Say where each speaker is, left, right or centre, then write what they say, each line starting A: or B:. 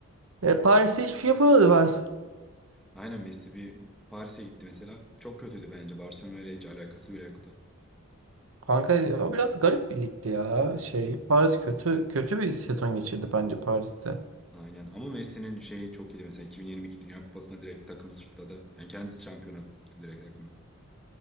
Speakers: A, on the right; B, in the centre.
A: E, Paris'te hiçbir şey yapamadı Paris.
B: Aynen Messi bir Paris'e gitti mesela. Çok kötüydü bence. Barcelona ile hiç alakası bile yoktu.
A: Kanka o biraz garip bir ligdi ya. Şey Paris kötü kötü bir sezon geçirdi bence Paris'te.
B: Aynen ama Messi'nin şeyi çok iyiydi mesela 2022 Dünya Kupası'nda direkt takımı sırtladı. Yani kendisi şampiyon attı direkt takımı.